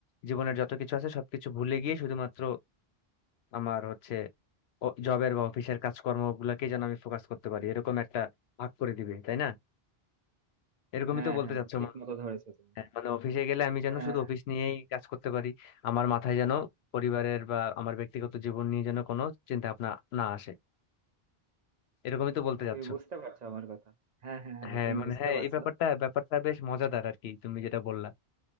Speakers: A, on the left; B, on the right.
A: জীবনের যত কিছু আছে সবকিছু ভুলে গিয়ে শুধুমাত্র আমার হচ্ছে জবের বা অফিসের কাজকর্ম গুলাকে যেন আমি ফোকাস করতে পারি এরকম একটা ভাগ করে দিবে তাই না এরকমই
B: হ্যাঁ
A: তো বলতে
B: হ্যাঁ
A: চাচ্ছো
B: ঠিক
A: মনে হয়।
B: মতো ধরেছো তুমি
A: হ্যাঁ, মানে অফিসে গেলে আমি যেন
B: হ্যাঁ
A: শুধু অফিস নিয়েই কাজ করতে পারি আমার মাথায় যেন পরিবারের বা আমার ব্যক্তিগত জীবন নিয়ে যেন কোনো চিন্তা ভাবনা না আসে এরকমই তো বলতে
B: তুমি
A: চাচ্ছো
B: বুঝতে পারছো আমার কথা হ্যাঁ হ্যাঁ হ্যাঁ
A: হ্যাঁ
B: তুমি
A: মানে
B: বুঝতে
A: হ্যাঁ
B: পারছো
A: এই ব্যাপারটা ব্যাপারটা বেশ মজাদার আর কি তুমি যেটা বললা